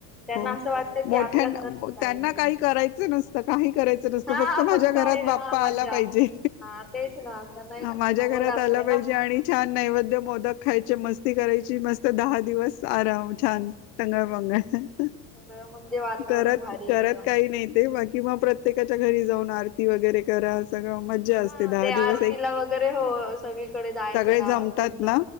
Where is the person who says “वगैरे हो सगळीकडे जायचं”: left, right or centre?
Centre